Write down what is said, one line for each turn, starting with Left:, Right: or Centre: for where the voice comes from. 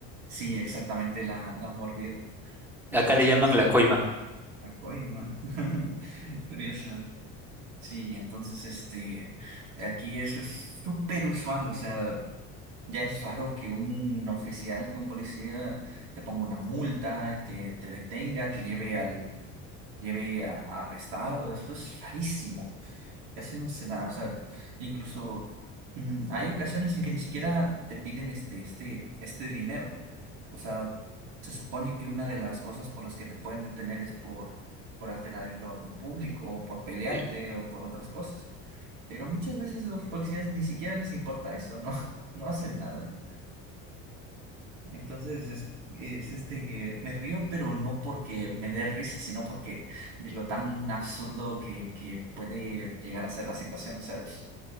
Right: sí, exactamente la, la mordida. Entonces,
Centre: Acá le llaman la coima.
Right: la coima, <laughs> curioso. Sí, entonces, este, aquí eso es súper usual, o sea. Ya es raro que un oficial, que un policía te ponga una multa, te, te detenga, te lleve al, lleve a, a arrestado. Eso es rarísimo. Casi no se da. O sea, incluso mm, hay ocasiones en que ni siquiera te piden este, este, este dinero. O sea, se supone que una de las cosas por las que te pueden detener es por, por alterar el orden público, o por pelearte,
Centre: Sí.
Right: o por otras cosas. Pero muchas veces a los policías ni siquiera les importa eso, ¿no? <laughs> No hacen nada. Entonces es, es este que me río, pero no porque me dé risa, sino porque de lo tan absurdo que, que puede llegar a ser la situación. O sea, es,